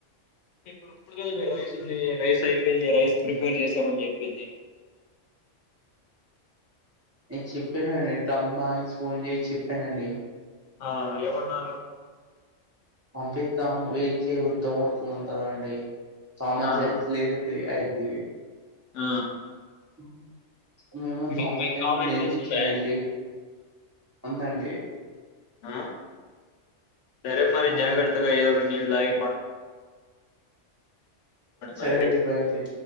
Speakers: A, on the left; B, on the right.
A: ఇప్పుడు ఇప్పుడు కదా మీరు రైస్ ఉంది రైస్ అయిపోయింది రైస్ ప్రిపేర్ చేసామని చెప్పింది
B: నేను చెప్పానుండి టమ్మాయి ఫోన్ చేసి చెప్పానండి
A: ఆ ఏమన్నారు?
B: పంపితం వేచే ఉద్ధమం అవుతుందంటారా అండి సామాన్సన్స్
A: ఆ!
B: లేదండి అయితే ధే
A: ఆ
B: ఉమ్ మేము
A: మీ
B: తంపం
A: మీ కామన్
B: నేర్పించిండ
A: సెన్స్ ఉందా?
B: వెళ్లి ఉందండి
A: ఆ సరే మరి
B: ఆ
A: జాగ్రత్తగా ఎధో ఒకాటి నెల్ తాగి పా
B: సరే
A: మరి.
B: అండీ బై అండీ